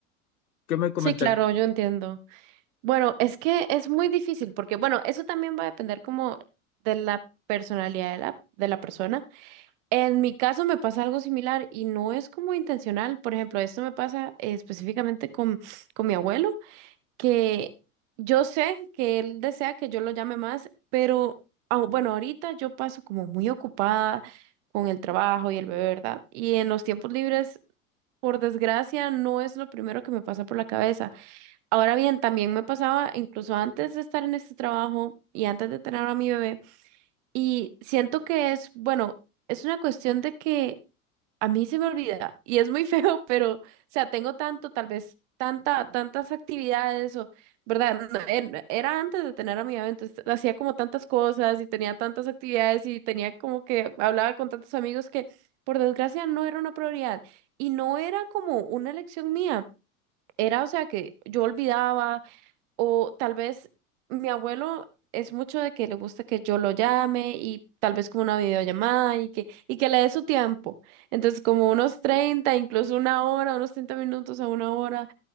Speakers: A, on the left (about 85°); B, on the right (about 55°).
A: ¿qué me comentaría?
B: Sí, claro, yo entiendo. Bueno, es que es muy difícil porque, bueno, eso también va a depender como de la personalidad de la, de la persona. En mi caso me pasa algo similar y no es como intencional. Por ejemplo, esto me pasa eh, específicamente con, con mi abuelo. que yo sé que él desea que yo lo llame más, pero au- bueno, ahorita yo paso como muy ocupada con el trabajo y el bebé, ¿verdad? Y en los tiempos libres, por desgracia, no es lo primero que me pasa por la cabeza. Ahora bien, también me pasaba incluso antes de estar en este trabajo y antes de tener a mi bebé, y siento que es, bueno, es una cuestión de que... A mí se me olvida y es muy <laughs> feo, pero, o sea, tengo tanto, tal vez, tanta, tantas actividades o, ¿verdad? No, en- Era antes de tener a mi bebé, entonces hacía como tantas cosas y tenía tantas actividades y tenía como que hablaba con tantos amigos que, por desgracia, no era una prioridad y no era como una elección mía. Era, o sea, que yo olvidaba, o tal vez mi abuelo es mucho de que le gusta que yo lo llame y tal vez como una videollamada y que, y que le dé su tiempo. Entonces como unos 30 incluso una hora, unos 30 minutos a una hora.